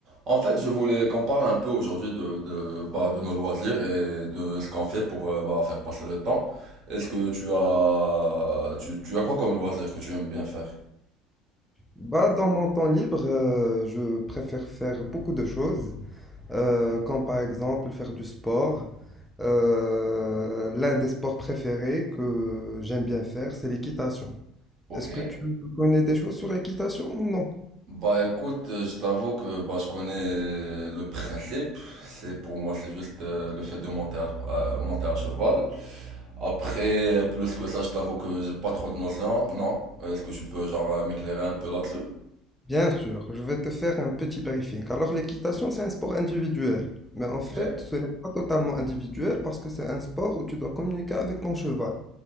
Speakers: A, on the right; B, in the centre.
A: En fait, je voulais qu'on parle un peu aujourd'hui de, de, bah, de nos loisirs et de ce qu'on fait pour euh, bah, faire passer le temps. Est-ce que tu as, tu, tu as quoi comme loisir que tu aimes bien faire?
B: Bah, dans mon temps libre, euh, je préfère faire beaucoup de choses, euh, comme par exemple faire du sport. Euh, l'un des sports préférés que j'aime bien faire, c'est l'équitation.
A: Ok.
B: Est-ce que tu connais des choses sur l'équitation ou non?
A: Bah écoute, euh, je t'avoue que bah, je connais le principe. C'est pour moi, c'est juste euh, le fait de monter à, euh, monter à cheval. Après, euh, plus que ça, je t'avoue que j'ai pas trop de notions. Non. Est-ce que tu peux genre euh, m'éclairer un peu là-dessus?
B: Bien sûr, je vais te faire un petit briefing. Alors, l'équitation, c'est un sport individuel. Mais en fait,
A: Ok.
B: ce n'est pas totalement individuel parce que c'est un sport où tu dois communiquer avec ton cheval.